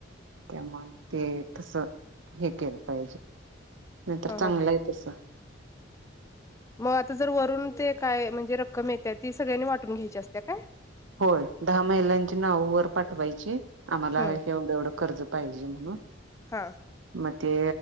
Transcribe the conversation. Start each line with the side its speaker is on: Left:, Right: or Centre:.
Right: त्या मंग ते तस हे केलं पाहिजे. नाही तर
Left: हा
Right: चांगलं
Left: हा
Right: आहे तस.
Left: म आता जर वरून ते काय म्हणजे रक्कम येते ती सगळ्यांनी वाटून घ्यायची असते काय?
Right: होय दहा महिलांची नाव वर पाठवायची. आम्हाला
Left: हम्म
Right: एवढं एवढं कर्ज पाहिजे म्हणून.
Left: हा
Right: म ते